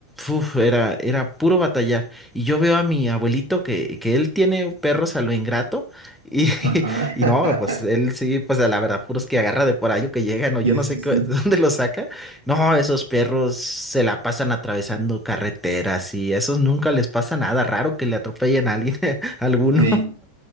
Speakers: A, in the centre; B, on the right.
A: uf, era, era puro batallar. Y yo veo a mi abuelito que, que él tiene perros a lo ingrato. Y, <laughs>
B: ajá.
A: y no, pues él
B: <laughs>
A: sí, pues a la verdad, puros que agarra de por ahí o que llegan, o
B: Sí,
A: yo no sé
B: sí, sí.
A: qué- <laughs> dónde los saca no, esos perros se la pasan atravesando carreteras y a esos nunca les pasa nada. Raro que le atropellen a alguien, <laughs> a alguno.
B: Sí,